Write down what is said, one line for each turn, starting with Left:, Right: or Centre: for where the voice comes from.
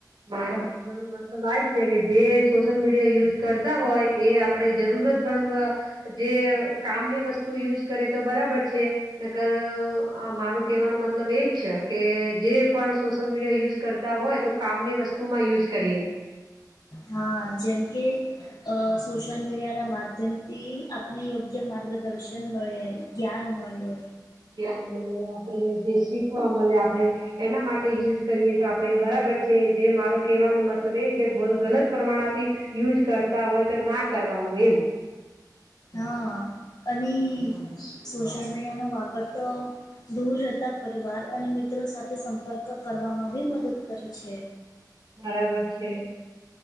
Right: મા તો વાત છે કે જે સોશિયલ મીડિયા યુઝ કરતા હોય એ આપણે જરૂરત પણ જે કામની વસ્તુ યુઝ કરે તો બરાબર છે. નગર મારો કેવાનો મતલબ એજ છે કે જે પણ સોશિયલ મીડિયા યુઝ કરતા હોય તો કામ ની વસ્તુ માં યુઝ કરીએ
Left: હા, જેમ કે. અ સોશલ મીડિયા ના માધ્યમથી, આપને યોગ્ય માર્ગદર્શન મળે. જ્ઞાન મળે
Right: ધ મળે આપણે જે શીખવા મળે આપે એના માટે યુઝ કરીએ તો આપણે બરાબર છે જે મારો કહેવાનો મતલબ એ છે ગલત પ્રમાણથી યુઝ કરતા હોય તો ના કરવાનું એમ
Left: હા અની સોશલ મીડિયાનો વાપર તો દૂર રહેતા પરિવાર અને મિત્રો સાથે સંપર્ક કરવામાં ભી મદદ કરે છે.
Right: બરાબર છે.